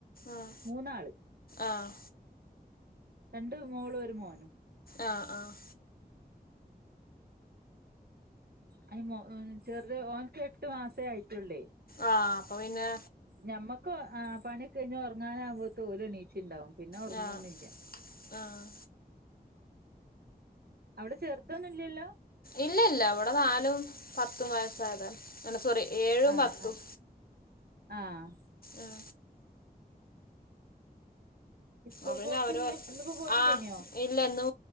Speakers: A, on the left (about 65°); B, on the right (about 75°).
A: ആഹ്
B: മൂന്നാള്
A: ആഹ്.
B: രണ്ട് മോളും ഒരു മോനും
A: ആഹ് ആഹ്.
B: അയ് മോ ഉ ചെറുത് ഓൻക്ക് എട്ട് മാസേ ആയിട്ടുള്ളേ.
A: ആഹ അപ്പൊ പിന്നെ
B: ഞമ്മക്ക് ആഹ് പണ്യ കൈഞ് ഒർങ്ങാനാവുമ്പോത്ത് ഓലെണീച്ചിണ്ടാവും പിന്നെ ഒർങ്ങാെന്നില്ല
A: ആഹ് ആഹ്
B: അവ്ടെ ചെർതൊന്ന്ല്ല്യല്ലോ
A: ഇല്ല ഇല്ല ഇവടെ നാലും പത്തും വയസ്സായതാ അല്ല സോറി. ഏഴും
B: ആഹ്
A: പത്തും
B: ആഹ് ആഹ്
A: ഉം
B: സ്കൂൾ
A: അവൻ
B: പോക്ക്
A: അവരെ
B: ഇന്ന് ഇന്നിപ്പോ പോയില്ലേനോ
A: ആഹ് ഇ ഇല്ല ഇന്ന്